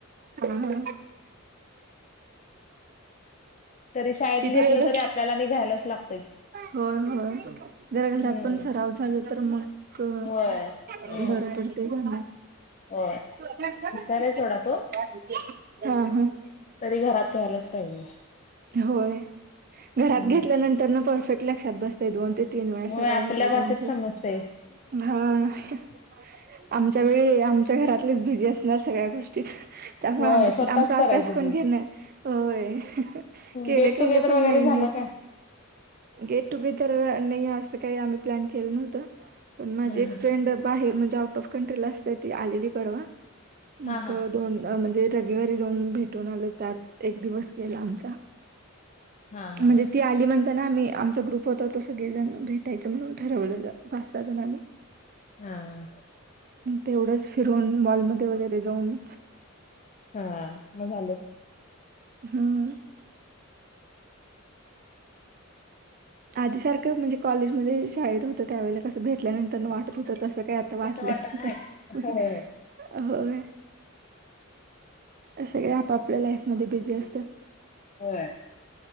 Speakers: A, on the right; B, on the left.
A: हा हं
B: तरी शाळेत
A: किती
B: घेतलं
A: वेळ बस
B: तरी आपल्याला आणि घ्यायलाच लागत
A: होय होय. जर घरात
B: हम्म
A: पण सराव झाल तर मग बरं
B: होय हम्म
A: पडतय ग
B: होय
A: <unintelligible>
B: हुशार आहे सोडा तो
A: हा हा
B: तरी घरात घ्यायलाच पाहिजे
A: होय घरात
B: हम्म
A: घेतल्यानंतर न परफेक्ट लक्षात बस दोन ते तीन वेळा
B: होय
A: सराव
B: आपल्या
A: होतय
B: भाषेत
A: त्यांच
B: समजतय.
A: हा हं. आमच्या वेळी आमच्या घरातलेच बिझी असणार सगळ्या गोष्टी त्यामुळं
B: होय
A: आम
B: स्वतःच
A: आमचा
B: करायचं
A: अभ्यास कोण
B: की.
A: घेण होय. केलं
B: गेट
A: केलं
B: टुगेदर
A: पण
B: वगैरे
A: नाही
B: झालं
A: नाही
B: काय?
A: पण गेट टुगेदर नाही असं काही आम्ही प्लॅन केलं नव्हतं पण माझी
B: हा
A: एक फ्रेंड बाहेर म्हणजे आउट ऑफ कंट्रीला असते ती आलेली परवा मग
B: हा हा हा
A: दोन म्हणजे रविवारी जाऊन भेटून आले त्यात एक दिवस गेला आमचा
B: हा हा
A: म्हणजे ती आली म्हण जण आम्ही आमचा ग्रुप होत तो सगळी जण भेटायचं म्हणून ठरवलेल पाच सहा जण आम्ही
B: हा.
A: तेवढंच फिरून माॅलमध्ये वगैरे जाऊन
B: हा मग झालं.
A: हम्म. आधीसारखं म्हणजे कॉलेजमध्ये शाळेत होतं त्यावेळेला कस भेटल्यानंतर वाटत होत तसं काही आता वाटलं
B: तसं वाटत
A: नाही पण
B: होय.
A: होय सगळे आपापल्या लाईफ मध्ये बिझी असतात.
B: होय